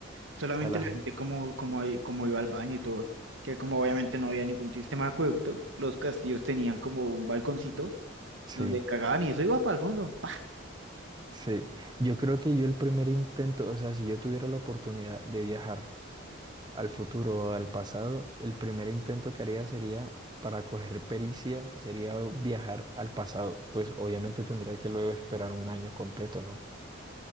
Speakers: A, on the right; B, on the right.
A: Solamente
B: sea, la
A: la
B: gente.
A: gente como, como, ahí- como iba al baño y todo, que como obviamente no había ningún sistema de acueducto, los castillos tenían como un balconcito
B: Sí,
A: donde cagaban y eso iba para el fondo.
B: sí. Yo creo que yo el primer intento, o sea, si yo tuviera la oportunidad de viajar al futuro al pasado, el primer intento que haría sería, para coger pericia, sería viajar al pasado. Pues obviamente tendría que luego esperar un año completo, ¿no?